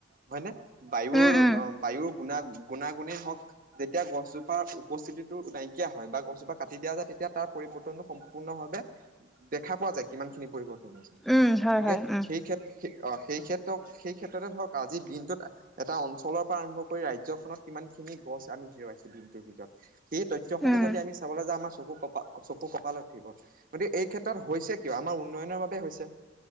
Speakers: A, on the right; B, in the centre.
A: হয় নে? বায়ুৰ
B: উম উম
A: অ বায়ুৰ গুনা গুণাগুণেই হওক যেতিয়া গছজোপাৰ উপস্থিতিটো নাইকিয়া হয় বা গছজোপা কাটি দিয়া যায় তেতিয়া তাৰ পৰিৱৰ্তনো সম্পূৰ্ণ ভাৱে দেখা পোৱা যায় কিমান খিনি পৰিবৰ্তন গতিকে
B: উম হয় হয় উম
A: সেই ক্ষেত্ৰত অ সেই ক্ষেত্ৰত সেই ক্ষেত্ৰতে ধৰক আজি দিনটোত এটা অঞ্চলৰ পৰা আৰম্ভ কৰি ৰাজ্যখনত কিমান খিনি গছ আমি হেৰুৱাইছো দিনটোৰ ভিতৰত সেই তথ্যসমূহ
B: উম
A: যদি আমি চাবলৈ যাওঁ আমাৰ চকু ক চকু কপালত উঠিব, গতিকে এই ক্ষেত্ৰত হৈছে কিয় আমাৰ উন্নয়নৰ বাবে হৈছে।